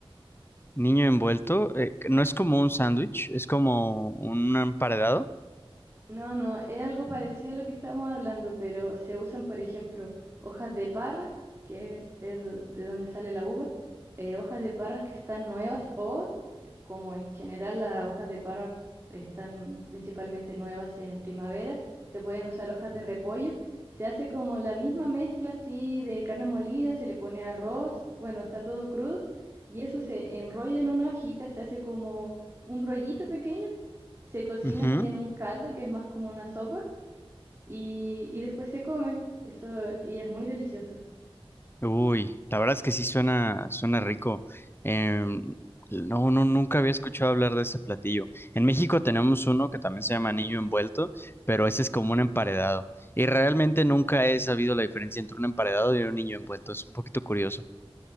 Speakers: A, on the left (about 25°); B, on the right (about 25°).
A: Niño envuelto, eh, no es como un sándwich, es como un emparedado.
B: No, no, es algo parecido a lo que estamos hablando, pero se usan, por ejemplo, hojas de parra, que es do- de donde sale la uva, eh, hojas de parra que están nuevas o, eh, como en general las hojas de parra están principalmente nuevas en primavera, se pueden usar hojas de repollo. Se hace como la misma mezcla así de carne molida, se le pone arroz, bueno, está todo crudo, y eso se enrolla en una hojita, se hace como un rollito pequeño se cocina
A: Ujú.
B: así en un caldo que es más como una sopa y, y después se come. Eso, y es muy delicioso.
A: Uy, la verdad es que sí suena, suena rico. Em, no, no, nunca había escuchado hablar de ese platillo. En México tenemos uno que también se llama anillo envuelto, pero ese es como un emparedado. Y realmente nunca he sabido la diferencia entre un emparedado y un niño envuelto. Es un poquito curioso.